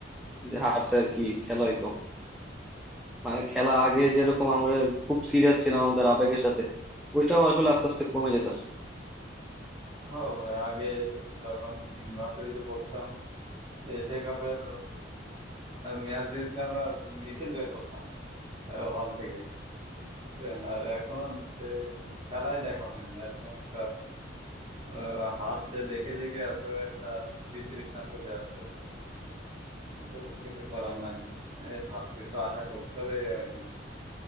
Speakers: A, in the centre; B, on the right.
A: যে হারছে আর কি খেলা হইতো মানে খেলা
B: আহ,
A: আগে যেরকম আমাদের খুব সিরিয়াস ছিলাম আমাদের আবেগের সাথে ওইটাও আসলে আস্তে আস্তে কমে যেতেছে
B: হ্যাঁ ভাই আগে যখন ইউনিভার্সিটিতে পড়তাম এশিয়া কাপের ম্যাচ জিতলে আমরা মিছিল বের করতাম হল থেকে বুঝছেন আর এখন সে খেলাই দেখা হয় না এরকম একটা আহ, হাতটা দেখে দেখে এত একটা বিতৃষ্ণা চলে আসছে কিন্তু কিছু করার নাই এই ভালো কিছু আশা করতে হবে আর কি